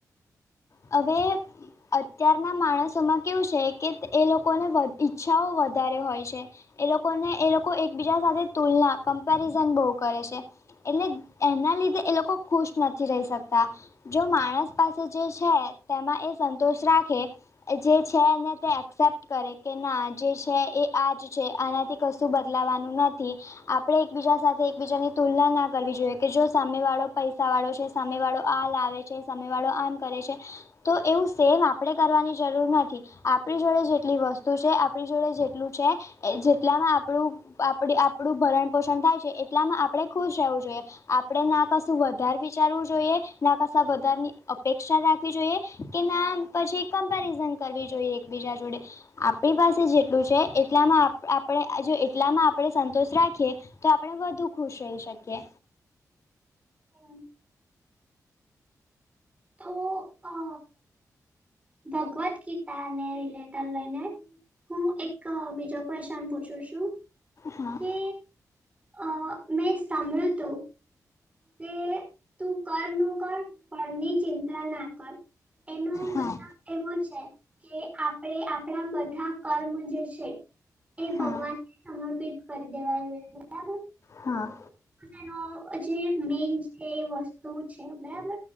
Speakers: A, on the left (about 50°); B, on the right (about 20°).
A: હવે અત્યારના માણસોમાં કેવું છે કે એ લોકોને ઈચ્છાઓ વધારે હોય છે. એ લોકોને એ લોકો એકબીજા સાથે તુલના, કમ્પેરિઝન બહુ કરે છે. એટલે એના લીધે એ લોકો ખુશ નથી રહી શકતા. જો માણસ પાસે જે છે, તેમાં એ સંતોષ રાખે. જે છે ને તે એસેપ્ટ કરે. કે ના જે છે, એ આ જ છે, આનાથી કશું બદલાવાનું નથી. આપણે એકબીજા સાથે એકબીજાની તુલના ના કરવી જોઈએ કે જો સામે વાળો પૈસા વાળો છે, સામે વાળો આ લાવે છે, સામે વાળો આમ કરે છે. તો એવું સેમ આપ. આપણે કરવાની જરૂર નથી. આપણી જોડે જેટલી વસ્તુ છે, આપણી જોડે જેટલું છે. એ જેટલામાં આપણું, આપણું ભરણ પોષણ થાય છે. એટલામાં આપણે ખુશ રહેવું જોઈએ. આપણે ના કશું વધારે વિચારવું જોઈએ, ના કશા વધારની અપેક્ષા વી જોઈએ, કે ના પછી કમ્પેરિઝન કરવી જોઈએ એકબીજા જોડે આપણી પાસે જેટલું છે, એટલામાં આપણે જો એટલામાં આપણે સંતોષ રાખીએ. તો આપણે વધુ ખુશ રહી શકીએ.
B: હમ્મ તો અ ભગવદ ગીતાને રિલેટર લઈને હું એક બીજો ક્વેશન પૂછું છું?
A: હા.
B: કે અ મેં સાંભળ્યું તું કે તું કરનું કર પણની ચિંતા ના કર. એનો મતબલ
A: હા
B: એવું છે, કે આપણે આપણા બધા કર્મ જે છે. એ ભગવાનને
A: હા
B: સમર્પિત કરી દેવા જોઈએ. બરાબર
A: હા
B: એનો જે મેન કે એ વસ્તુ છે બરાબર